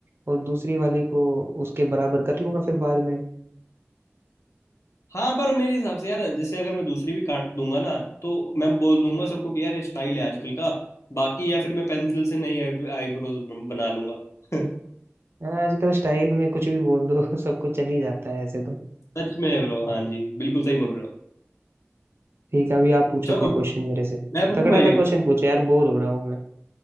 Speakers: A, on the right; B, on the left.
A: और दूसरी वाली को उसके बराबर कर लूंगा फिर बाद में
B: हाँ पर मेरे हिसाब से यार जैसे अगर मैं दूसरी भी काट दूंगा ना तो मैं बोल दूंगा सबको कि यार ये स्टाइल है आजकल का बाकी या फिर मैं पेंसिल से नई आईब्रोज बना लूंगा <laughs>
A: आजकल स्टाइल में कुछ भी बोल दो <laughs> सब कुछ चल ही जाता है ऐसे तो
B: सच में ब्रो हाँ जी बिल्कुल सही बोल रहे हो
A: ठीक है अभी आप पूछो
B: चलो
A: कोई क्वेश्चन मेरे से
B: मैं पूछूं
A: तगड़ा
B: भाई
A: सा
B: एक
A: क्वेश्चन पूछो यार बोर हो रहा हूँ मैं